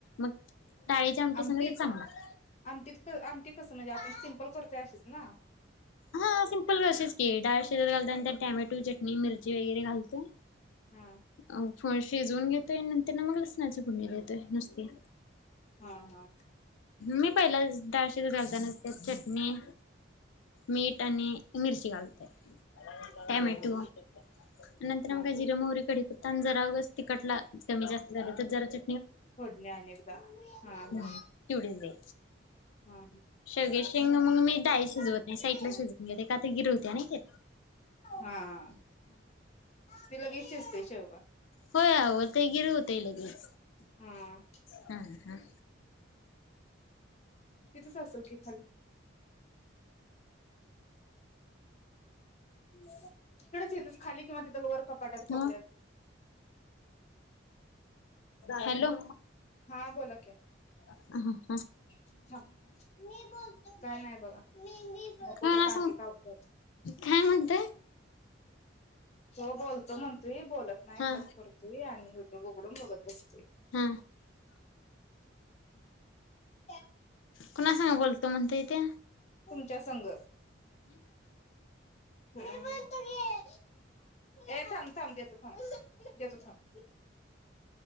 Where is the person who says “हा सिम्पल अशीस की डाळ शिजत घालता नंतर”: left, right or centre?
Left